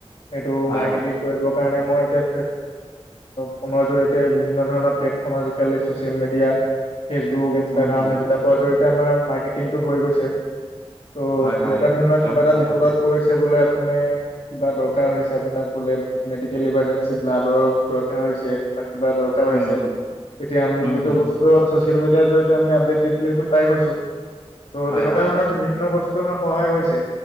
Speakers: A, on the left; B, on the left.
A: সটো
B: হয়
A: ম
B: হয়
A: কৰিব মই এতিয়া ফো জৰিতে বিভিন্ন ধৰণৰ প্লেফৰ্ম আজালি social media Facebook, Instagram
B: um হয়
A: এইবিলাকৰ জ আমাৰ মাৰ্কেটিংটো হৈ গৈছে ত'
B: হয়
A: তেনেকুৱা
B: হয়
A: ধৰণৰ
B: একদম
A: কিবা
B: সঁচা
A: এটা বিপদত
B: কথা কৈছে
A: বোলে আপু কিবা দৰকাৰ হৈছে আপোনাক বোলে মেডিকেল ইমাৰ্জেঞ্চি ব্লাডৰ দৰকাৰ হৈছে বা কিবা দৰকাৰ
B: উম
A: হৈছে তেতিয়া
B: হম
A: আমি
B: উম
A: সেইটো
B: হম
A: বস্তুতটো ছচিয়েল মিিয়াৰডয় আি আডেট দি দিলে সটো পাই গৈছো ত'
B: হয়,
A: তেনেকুৱা
B: হয়,
A: ধৰণৰ বিভিন্ন বস্তু আমাৰ সহায় হৈছে